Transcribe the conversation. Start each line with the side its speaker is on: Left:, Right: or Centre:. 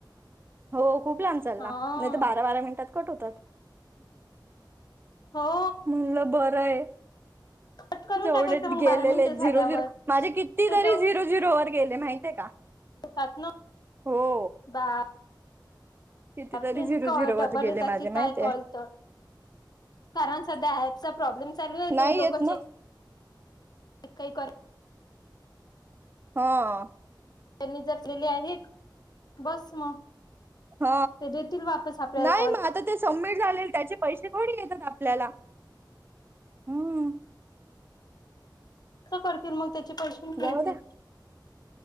Right: हो खूप लाहंब चालला
Left: हा
Right: नाही तर बारा बारा मिनिटात कट होतात.
Left: हो.
Right: मुल बरं ये.
Left: कट करून
Right: जेवढे
Left: टाकायचं
Right: ट
Left: मग
Right: गेलेले
Left: बारा मिनिटे
Right: झिरो
Left: झाल्यावर
Right: झिरो माझे किती
Left: ते
Right: तरी झिरो झिरो वर गेले माहतीे ये का..
Left: त्यातन.
Right: हो.
Left: का.
Right: कितीतरी
Left: बापरे इतक
Right: झिरो झिरो
Left: डबर
Right: वर गेले
Left: येतात
Right: माझे
Left: की काय
Right: माहितय
Left: कलतर. कारण सध्या अँप चा प्रॉब्लेम चालू ये
Right: नाही
Left: ते लोक
Right: येत
Left: चेक.
Right: ना
Left: काही कर.
Right: ह अ.
Left: त्यांनी जर केली आहेक बस मग.
Right: ह
Left: ते देतील वापस आपल्याला
Right: नाही
Left: कॉल
Right: म अतत. ते सबमिट झाले त्याचे पैसे थोडी येतात आपल्याला हम्.
Left: कस करतील मग त्याचे पैसे मितील.
Right: जाऊ द्या